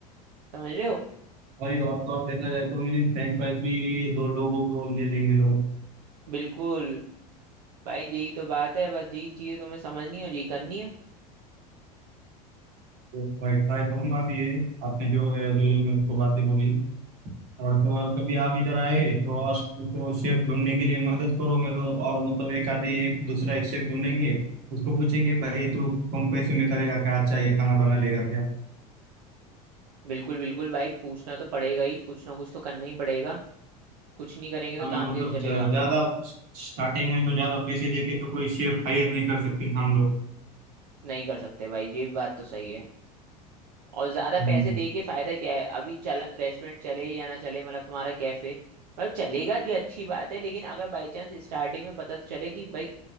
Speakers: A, on the right; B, on the right.
A: समझ रहे हो
B: भाई और तो और देखा जाए तो मेरी फ्रेंच फ्राइज भी दो लोगों को ले लेंगे लोग
A: बिल्कुल भाई यही तो बात है बस यही चीजें तुम्हें समझनी है और यही करनी है
B: तो भाई ट्राई करूंगा भी ये आपने जो जो जो मेरे को बातें बोली और तो और कभी आप इधर आए तो आप मेरे को शेफ ढूंढने के लिए मदद करो मेरे को, और मतलब एक आधे एक दूसरा एक शेफ ढूंढेंगे उसको पूछेंगे भाई तू कम पैसे में करेगा क्या अच्छा ये खाना बना लेगा क्या
A: बिल्कुल बिल्कुल भाई पूछना तो पड़ेगा ही कुछ ना कुछ तो करना ही पड़ेगा कुछ नहीं करेंगे तो
B: खाना
A: काम
B: मतलब
A: कैसे चलेगा
B: ज- ज्यादा स्टार्टिंग में तो ज्यादा पैसे देके तो कोई शेफ हायर नहीं कर सकते हम लोग
A: नहीं कर सकते भाई ये बात तो सही है और ज्यादा
B: हम्म।
A: पैसे दे के फायदा क्या है अभी चला रेस्टोरेंट चले या ना चले मतलब तुम्हारा कैफे मतलब चलेगा जी अच्छी बात है लेकिन अगर बाई चांस स्टार्टिंग में पता तो चले कि भाई